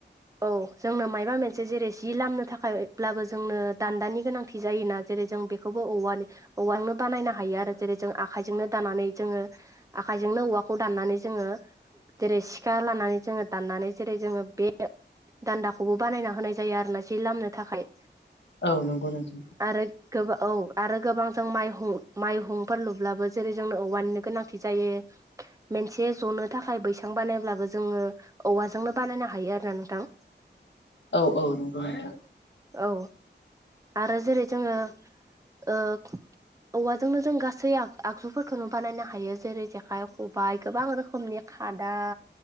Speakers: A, on the right; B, on the left.
A: औ जोंनो मायबा मोनसे जेरै जि लामनो थाखाय ब्लाबो जोंनो दान्दानि गोनांथि जायोना जेरै जों बेखौबो औवानि औवाजोंनो बानायनो हायो आरो जेरै जों आखाइजोंनो दानानै जोङो आखायजोंनो औवाखौ दाननानै जोङो जेरै थिखा लानानै जोङो दाननानै जेरै जोङो बे दान्दाखौबो बानायना होनाय जायो आरो ना ए लामनो थाखाय
B: औ नंगौ नोंथां।
A: आरो गोब औ आरो गोबां जों माइ माइहुंफोर लुब्लाबो जेरै जोंनो औवानिनो गोनांथि जायो। मोनसे जनो थाखाय बैसां बानाय अब्लाबो जोङो औवाजोंनो बानायनो हायो आरोना नोंथां।
B: औ औ नंगौ नोंथां
A: औ आरो जेरै जोङो ओ औवाजोंनो जों गासै आगजुफोरखौनो बानायनो हायो जेरै जेखाइ खबाइ गोबां रोखोमनि खादा